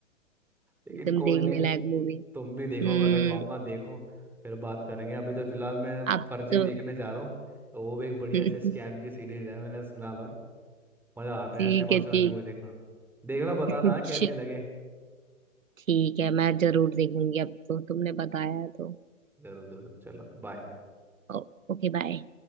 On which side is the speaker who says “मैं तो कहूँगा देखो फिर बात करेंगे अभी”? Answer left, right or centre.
Centre